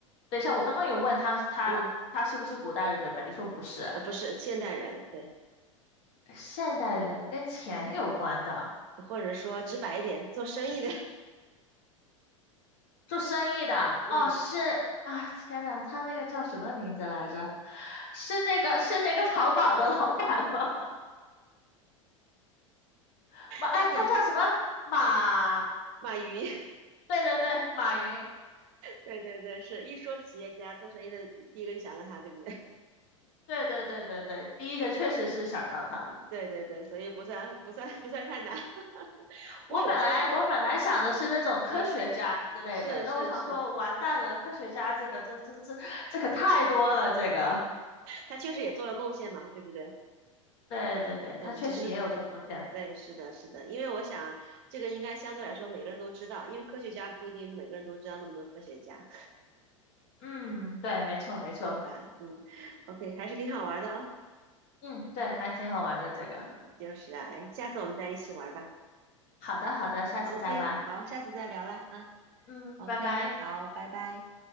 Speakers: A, on the left; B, on the right.
A: 等一下，我刚刚有问他，他他是不是古代人，
B: 嗯，
A: 对吧？你说不是，
B: 啊，不是现代人，对，
A: 现代人跟钱有关的，
B: 或者说直白一点，做生意的，
A: 做生意的。
B: <laughs> 嗯，
A: 哦，是啊，天呐，他那个叫什么名字来着？是那个是那个淘宝的老板吗？<laughs> 马，哎，
B: 叫什么？
A: 他叫什么？马，
B: 马云，
A: 对对对，马云，
B: 对对对，是一说企业家做生意的，第一个就想到他，对不对？
A: 对对对对对，第一个确实是想到他。
B: <laughs> 对对对，所以不算不算不算太难，<laughs>
A: 我本来我本来想的是那种科学家之类的，
B: 不过有时候会，嗯，是是是，
A: 但我想说完蛋了，科学家这个这这这这可太多了，这个
B: 他确实也做了贡献嘛，对不对？
A: 对对对，
B: 嗯，
A: 它确实也有这风险。
B: 只是不，对，是的，是的，因为我想这个应该相对来说每个人都知道，因为科学家不一定每个人都知道那么多科学家，
A: 嗯，对，没错没错，
B: 对吧？嗯，OK，还是挺好玩的哦。
A: 嗯，对，还挺好玩的这个。
B: 嗯，就是啊，哎，下次我们再一起玩吧。
A: 好的好的，下次再玩。
B: OK，好，下次再聊了啊。
A: 嗯，
B: OK，
A: 拜拜。
B: 好，拜拜。